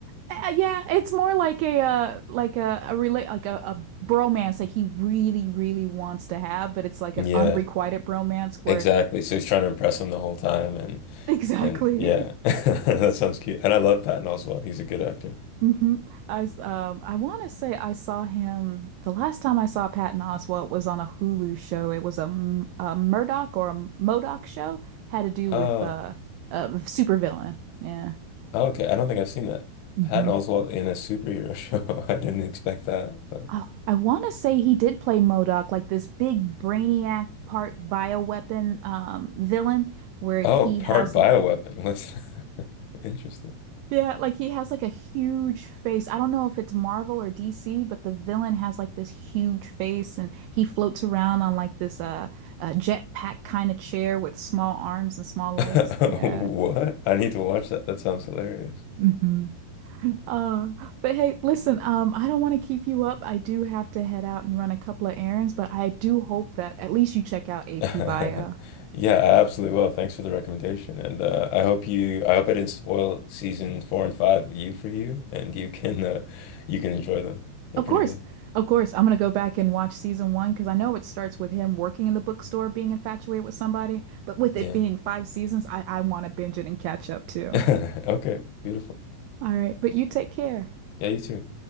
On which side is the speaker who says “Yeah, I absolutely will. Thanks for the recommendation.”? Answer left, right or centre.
Left